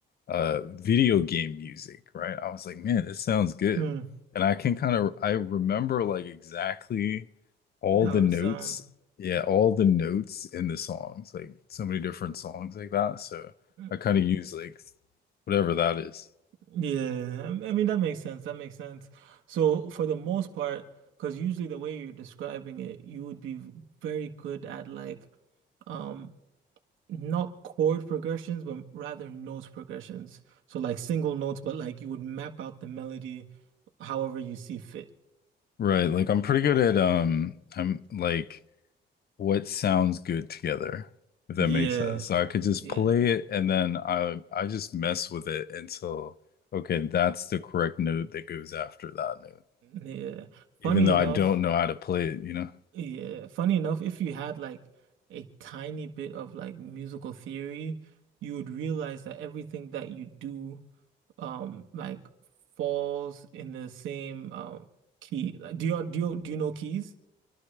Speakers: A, on the left; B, on the right.
A: uh, video game music, right? I was like, man, this sounds good.
B: Mm,
A: And I can kind of I remember like exactly all
B: how
A: the notes,
B: to sound.
A: yeah, all the notes in the songs, like so many different songs like that. So
B: Mm,
A: I kind of use like whatever that is.
B: Yeah, I I mean that makes sense. That makes sense. So for the most part, because usually the way you're describing it, you would be v- very good at like um not chord progressions, but rather note progressions. So like single notes, but like you would map out the melody however you see fit.
A: Right. Like I'm pretty good at um I'm like what sounds good together, if that
B: Yeah,
A: makes sense. So I could just
B: yeah,
A: play it and then I I just mess with it until okay, that's the correct note that goes after that note.
B: yeah.
A: Even
B: Funny
A: though
B: enough.
A: I don't know how to play it, you know.
B: Yeah, funny enough, if you had like a tiny bit of like musical theory, you would realize that everything that you do um like falls in the same um key. Like, do you do you do you know keys?